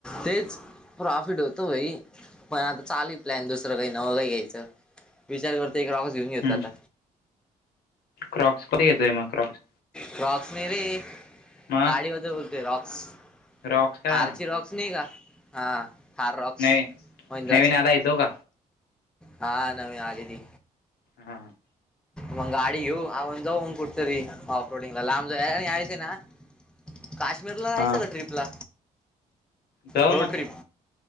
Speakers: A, in the centre; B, on the left (about 75°).
A: तेच प्रॉफिट होतं भाई पण आता चालू प्लॅन दुसरं काही नवं काही घ्यायचं. विचार करतोय एक लागच <unintelligible> घेऊन येतो
B: हम्म
A: आता
B: क्रॉक्स कती <unintelligible> घेतोय मग क्रॉक्स
A: क्रॉक्स नाही रे
B: मग
A: गाडीबद्दल बोलतोय रॉक्स
B: रॉक्स का
A: थार
B: हा
A: ची रॉक्स नाही का हा थार रॉक्स
B: नवी
A: महिंद्राची
B: नवीन आलाय तो का
A: हा नवी आली ती
B: हा.
A: मंग गाडी घेऊ आवग जावंग कुठतरी ऑफ रोडिंग आम जा यायस ना. काश्मीर ला जायचं
B: हा
A: का ट्रिपला
B: जाऊ
A: रोड
B: ना
A: ट्रिप